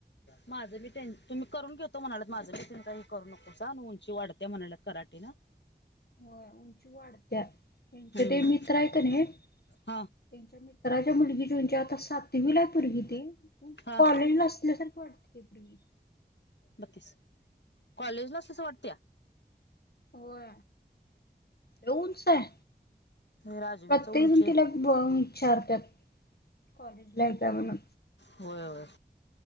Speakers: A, on the left (about 85°); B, on the left (about 65°).
A: माझं मी, त्यां तुम्ही करून घेतो म्हणालेत. माझं मी तू काही करू नको स हं. उंची वाढते म्हणालेत कराटेन. <inaudible>
B: हो उंची वाढत्या त्यांचे
A: हम्म
B: ते मित्र आहे का नहे
A: हा.
B: तेंच्या मित्राच्या मुलगी ची तेंचि आता सातवी ला आहे पूर्गी ती ऊंच
A: हा
B: कॉलेजला असल्यासारखी वाटत्या ती पूर्गी.
A: बत्तीस कॉलेजला तसं वाटत्या?
B: होय लै ऊंच हाय.
A: राजवीरच
B: प्रत्येजन
A: उंची
B: तिला बून इच्छारतात कॉलेज ला हाय काय म्हणून.
A: होय होय